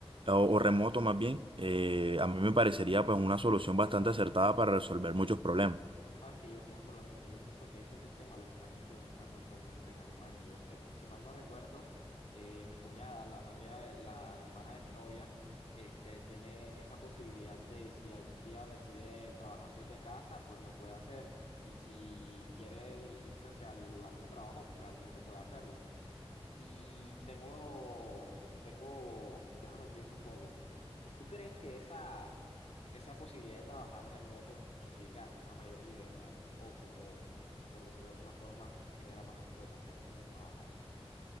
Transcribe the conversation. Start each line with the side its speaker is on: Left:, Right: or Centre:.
Right: o, o remoto más bien, eh, a mí me parecería pues una solución bastante acertada para resolver muchos problemas.
Left: Sabes que yo pienso lo mismo y yo siento que ese sistema lo están implementando actualmente en Alemania. Yo, cre- si mal no recuerdo, eh, mi cuñada, la novia, la hermana de mi novia, este, tiene esa posibilidad de si algún día decide trabajar desde casa, pues lo puede hacer. Y si quiere dirigirse hacia el lugar de trabajo, realmente puede hacerlo. Y tengo, tengo, déjame pienso un poco. ¿Tú crees que esa, esa posibilidad de trabajar remoto implica una mayor libertad o como, por decirlo de alguna forma, genera más explotación en el trabajador?